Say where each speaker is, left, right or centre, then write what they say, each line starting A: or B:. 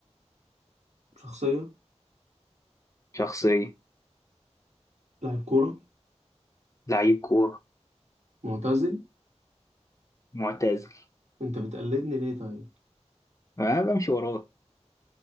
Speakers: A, on the right; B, on the left.
A: شخصية
B: شخصية
A: لاعب كورة
B: لعيب كورة
A: معتزل
B: معتزل
A: انت بتقلدني ليه طيب
B: انا بمشي وراه